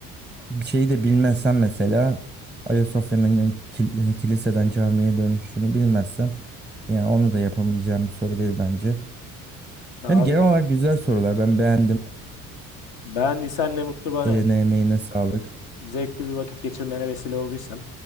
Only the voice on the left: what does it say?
abi
beğendiysen ne mutlu bana.
yani.
Zevkli bir vakit geçirmene vesile olduysam